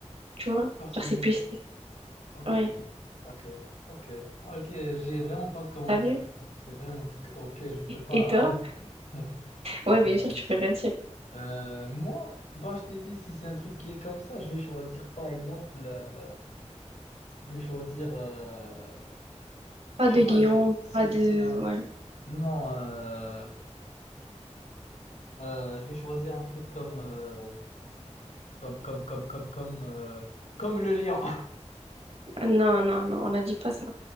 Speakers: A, on the right; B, on the left.
A: Tu vois?
B: Kors
A: Genre
B: University.
A: c'est plus.
B: Ok.
A: Ouais,
B: Ok. Ok. Ok. J'ai vraiment pas de commentaires.
A: t'as vu?
B: à faire. C'est vraiment. ce que- Ok. Je peux pas
A: Et toi?
B: <laughs>
A: Ouais,
B: dire
A: bien sûr,
B: plus.
A: tu peux rien dire.
B: Euh, moi, bah, je t'ai dit, si c'est un truc qui est comme ça, je vais choisir par exemple, euh, je vais choisir, euh,
A: Pas
B: je
A: de
B: sais pas,
A: Lyon,
B: c'est- si,
A: pas de.
B: si un,
A: Ouais.
B: non, euh, euh, je vais choisir un truc comme, euh, comme, comme, comme, comme, comme, euh, comme le lion, <laughs>
A: Ah, Non, non, non, on n'a dit pas ça.